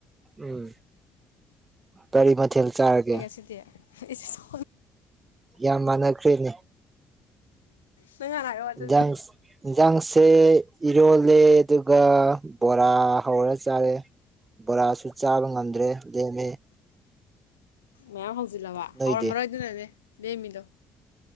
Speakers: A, on the right; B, on the left.
A: ꯎꯝ ꯀꯔꯤ ꯃꯊꯦꯜ ꯆꯥꯔꯒꯦ
B: ꯁꯤꯗ ꯁ
A: ꯌꯥꯝ ꯃꯅꯈ꯭ꯔꯦꯅꯦ
B: ꯅꯪ ꯍꯥꯟꯅ ꯍꯥꯏꯔꯛꯑꯣ ꯑꯗꯨꯗꯤ
A: ꯏꯟꯖꯥꯡ ꯏꯟꯁꯥꯡꯁꯦ ꯏꯔꯣꯜꯂꯦ ꯑꯗꯨꯒ ꯕꯣꯔꯥ ꯍꯧꯔ ꯆꯥꯔꯦ ꯕꯣꯔꯥꯁꯨ ꯆꯥꯕ ꯉꯝꯗ꯭ꯔꯦ ꯂꯦꯝꯃꯦ
B: ꯃꯌꯥꯝ ꯍꯧꯖꯤꯜꯂꯕ
A: ꯅꯣꯏꯗꯤ
B: ꯍꯧꯔꯝꯃꯔꯣꯏꯗꯅꯅꯦ ꯂꯦꯝꯃꯤꯗꯣ